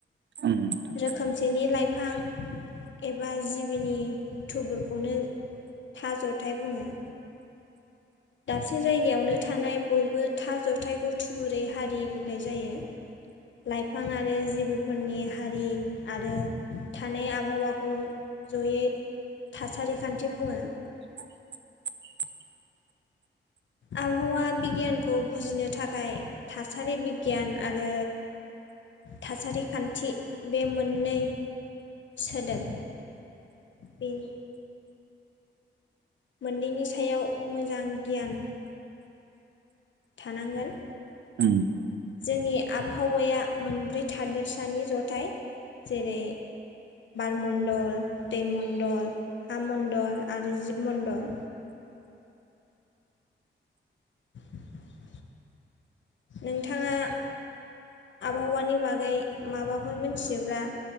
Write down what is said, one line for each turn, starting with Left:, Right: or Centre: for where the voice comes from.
Right: ओं नोंथां
Left: रोखोमसेनि लाइफ फां। एबा जिबिनि थुबुरखौनो थाज'थाय बुङो। दाबसे जायगायावनो थानाय बयबो था जथायखौ थुबुरै हारि बुंनाय जायो। लाइफां आरो जिेबोफोरनि हारि आरो थानाय आबहावाखौ जयै थासारि खान्थि बुङो।
Right: <inaudible>
Left: आबहावा बिगियानखौ बुजिनो थाखाय थासारि बिगियान आरो थासारि खान्थि बे मोननै सोदोब बेनि। मोननैनि सायाव मोजां गियान थानांगोन।
Right: उम।
Left: जोंनि आबहावाया मोनब्रै थादेरसानि जथाय जेरै बार मण्डल दैमण्डल हा मण्डल आरो जिब मण्डल <inaudible> नोंथाङा आबहावानि बागै माबाफोर मिथियोब्ला